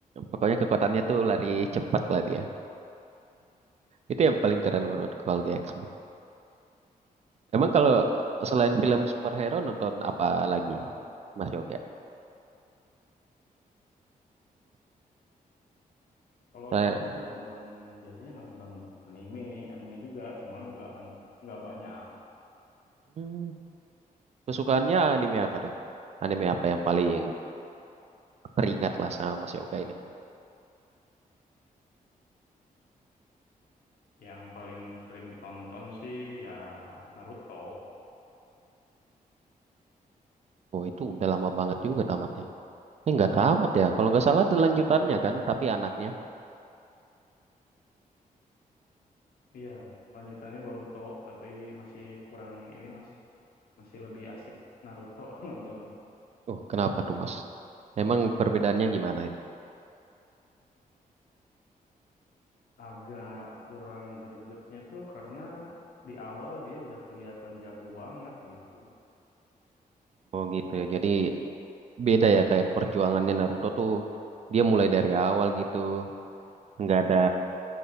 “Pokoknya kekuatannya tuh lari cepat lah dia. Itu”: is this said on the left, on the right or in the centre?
Right